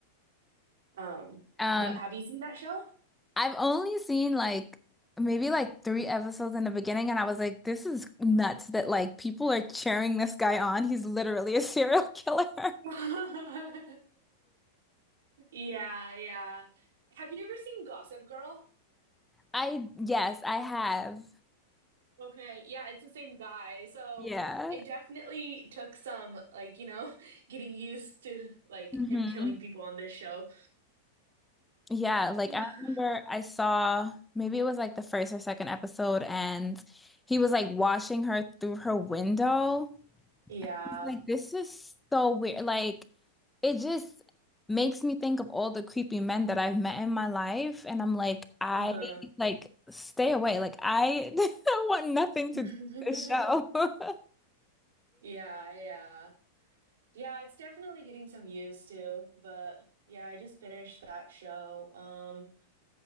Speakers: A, on the right; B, in the centre.
A: Um,
B: Um,
A: but have you seen that show?
B: I've only seen like maybe like three episodes in the beginning, and I was like, this is nuts that like people are cheering this guy on. He's literally a serial killer. <laughs>
A: <laughs> Yeah, yeah. Have you ever seen Gossip Girl?
B: I yes, I have.
A: Okay, yeah, it's the same guy. So
B: Yeah.
A: it definitely took some, like, you know, <laughs> getting used to like
B: hmm
A: him killing people on this show.
B: Yeah, like
A: <sighs>
B: I remember I saw maybe it was like the first or second episode, and he was like watching her through her window.
A: Yeah.
B: Like, this is so weird. Like, it just makes me think of all the creepy men that I've met in my life, and I'm like, I
A: Uh-huh.
B: like stay away. Like, I <laughs> want nothing
A: <laughs>
B: to do with this show. <laughs>
A: Yeah, yeah. Yeah, it's definitely getting some used to, but yeah, I just finished that show. Um,